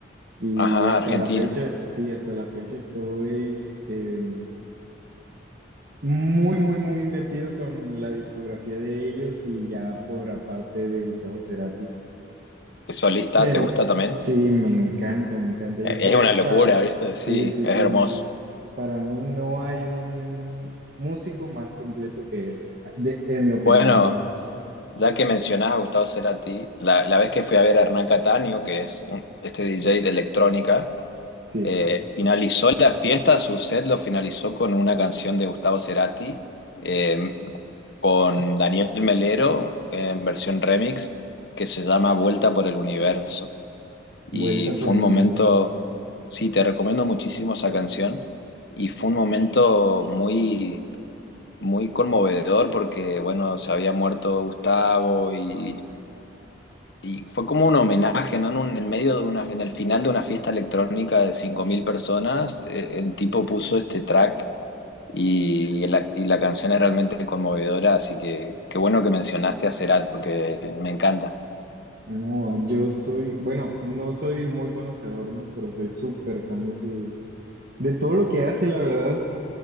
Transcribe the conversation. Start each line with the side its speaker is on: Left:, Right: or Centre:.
Right: y
Left: Ajá,
Right: hasta
Left: Argentina.
Right: la fecha, sí, hasta la fecha estoy eh, muy, muy, muy metido con la discografía de ellos y ya por aparte de Gustavo Cerati.
Left: ¿Solista
Right: Pero
Left: te gusta también?
Right: sí, me encanta, me encanta,
Left: Es
Right: yo creo,
Left: una locura,
Right: para,
Left: ¿viste?
Right: sí,
Left: Sí,
Right: sí,
Left: es
Right: sí.
Left: hermoso.
Right: Para mí no hay un músico más completo que él, de- en mi opinión,
Left: Bueno,
Right: pues.
Left: ya que mencionás a Gustavo Cerati, la, la vez que fui a ver a Hernán Cataño, que es un- este DJ de electrónica,
Right: Sí,
Left: eh, finalizó la fiesta, su set lo finalizó con una canción de Gustavo Cerati, eh, con Daniel Melero, en versión remix, que se llama Vuelta por el Universo. Y
Right: vuelta
Left: fue
Right: por el
Left: un momento,
Right: universo.
Left: sí, te recomiendo muchísimo esa canción, y fue un momento muy muy conmovedor porque, bueno, se había muerto Gustavo y, y fue como un homenaje, ¿no? En, un- en medio de una, en el final de una fiesta electrónica de 5.000 personas, eh, el tipo puso este track y la, y la canción es realmente conmovedora, así que qué bueno que mencionaste a Cerati porque me encanta.
Right: No, yo soy, bueno, no soy muy conocedor, ¿no? Pero soy súper fan de su, de todo lo que hace, la verdad,